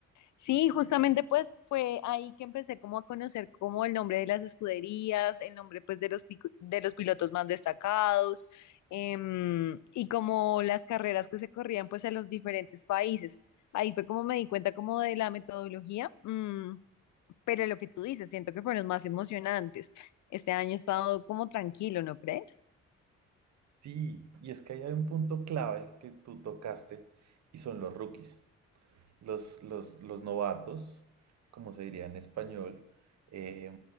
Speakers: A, on the left; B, on the right.
A: Sí, justamente pues fue ahí que empecé como a conocer como el nombre de las escuderías, el nombre pues de los, pico- de los pilotos más destacados em, y como las carreras que se corrían pues en los diferentes países. Ahí fue como me di cuenta como de la metodología, mm, pero lo que tú dices, siento que fueron más emocionantes. Este año he estado como tranquilo, ¿no crees?
B: Sí, y es que ahí hay un punto clave que tú tocaste y son los rookies. los, los, los novatos, como se diría en español, eh,